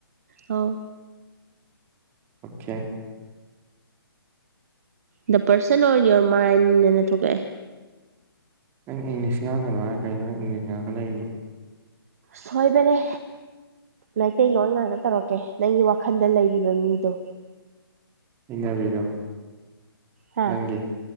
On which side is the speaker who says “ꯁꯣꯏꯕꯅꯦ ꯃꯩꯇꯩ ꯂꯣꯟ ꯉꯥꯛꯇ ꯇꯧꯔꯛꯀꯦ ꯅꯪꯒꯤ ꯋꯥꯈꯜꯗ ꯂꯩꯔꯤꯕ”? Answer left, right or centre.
Right